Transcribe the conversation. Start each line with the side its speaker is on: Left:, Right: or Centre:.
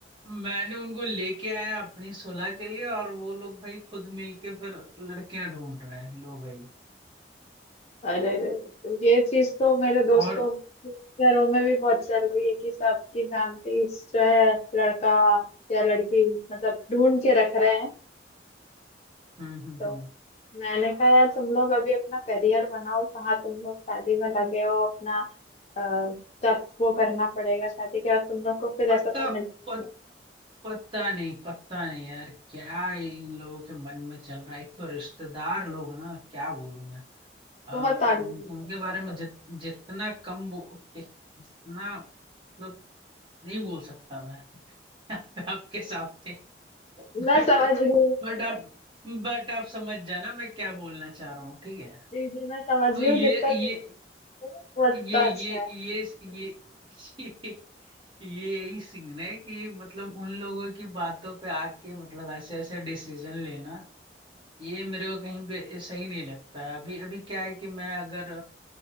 Right: मैंने उनको लेके आया अपनी सुलह के लिए और वो लोग भाई खुद मिलके फिर लड़कियां ढूंढ रहे हैं लो भाई
Left: अरे रे तो ये चीज तो मेरे दोस्तों
Right: और
Left: के घरों में भी बहुत चल रही है कि सबकी फैमिलीज जो है लड़का या लड़की मतलब ढूंढ के रख रहे हैं
Right: हम्म हम्म
Left: तो
Right: हम्म
Left: मैंने कहा यार तुम लोग अभी अपना करियर बनाओ कहाँ तुम लोग शादी में लगे हो अपना अ, सब वो करना पड़ेगा शादी के बाद तुम लोग को फिर
Right: पता
Left: ऐसा सब मिल <laughs>
Right: पत, पता नहीं पता नहीं यार क्या इन लोगों के मन में चल रहा है एक तो रिश्तेदार लोग ना क्या बोलूं मैं अ,
Left: बहुत
Right: उन,
Left: आगे बढ़ोगे।
Right: उनके बारे में जित, जितना कम बो, कि, जितना मतलब नहीं बोल सकता मैं <laughs> आपके सामने
Left: <laughs>
Right: बट
Left: मैं समझ रही हूँ
Right: बट आप बट आप समझ जाना मैं क्या बोलना चाह रहा हूँ ठीक है
Left: जी जी मैं समझ
Right: तो
Left: रही
Right: ये
Left: हूँ जितना दूर
Right: ये
Left: हो, उतना
Right: ये
Left: अच्छा
Right: ये
Left: है
Right: ये ये ये ये यही सीन है कि मतलब उन लोगों की बातों पे आके मतलब ऐसे ऐसे डिसीजन लेना ये मेरे को कहीं भी सही नहीं लगता है अभी अभी क्या है कि मैं अगर